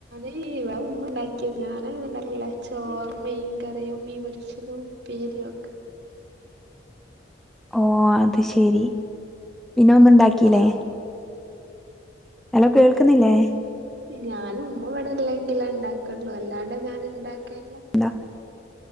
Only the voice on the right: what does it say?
ഇ ഇവ ഉമ്മ ഒണ്ടാക്കിയത് ഞാൻ അങ്ങനെ ഉണ്ടാക്കലില്ല ചോറും മീൻ കറിയും മീൻ പൊരിച്ചതും ഉപ്പേരിയൊക്കെ.
ഹലോ
ഞാനുമ്മവിവടെല്ലെങ്കിലൊണ്ടാക്കൊ ള്ളൂ അല്ലാണ്ട് ഞാൻ ഇണ്ടാക്കൽ